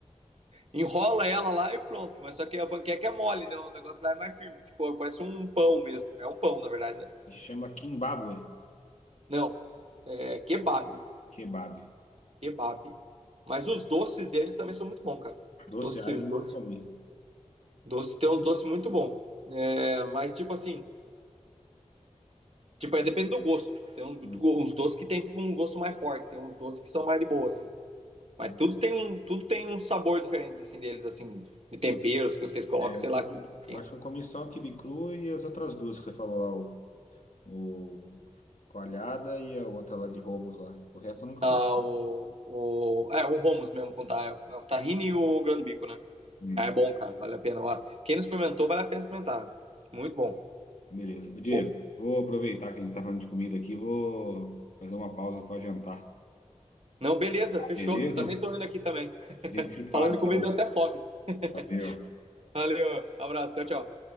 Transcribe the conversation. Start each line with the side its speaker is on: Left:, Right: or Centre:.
Right: Enrola ela lá e pronto, mas só que a panqueca é mole, né? O negócio lá é mais firme, tipo, parece um pão mesmo. É um pão, na verdade, né?
Left: E chama Kimbabue,
Right: Não. É kebab.
Left: kebab.
Right: kebab. Mas os doces deles também são muito bons, cara. Os
Left: Doce
Right: doces,
Left: árabe
Right: os
Left: não
Right: doces,
Left: come.
Right: doces tem uns doces muito bons. É, mas, tipo assim, tipo, é, depende do gosto. Tem uns,
Left: Hum.
Right: uns doces que tem tipo, um gosto mais forte, tem uns doces que são mais de boa, assim. Mas
Left: hum.
Right: tudo tem um, tudo tem um sabor diferente, assim, deles, assim, de temperos, coisas que eles colocam,
Left: É, eu,
Right: sei
Left: como,
Right: lá, que, que
Left: eu acho que eu comi só o quibe cru e as outras duas que você falou lá, o, o coalhada e a outra lá de Romos lá. O resto eu nunca
Right: ah,
Left: comi.
Right: o, o, é, o Romos mesmo, com ta- é o tahine e o grande bico, né?
Left: Hum,
Right: Ah, É bom, cara, vale a pena. Ó, Quem não experimentou, vale a pena experimentar. né? Muito bom.
Left: Beleza. Ô, Diego,
Right: O-
Left: vou aproveitar que a gente tá falando de comida aqui, vou fazer uma pausa para jantar.
Right: Não, beleza, fechou.
Left: Beleza?
Right: Também tô indo aqui também. <laughs>
Left: A gente se fala,
Right: Falando de
Left: então.
Right: comida, deu até fome. <laughs>
Left: Valeu.
Right: Valeu, abraço, tchau, tchau.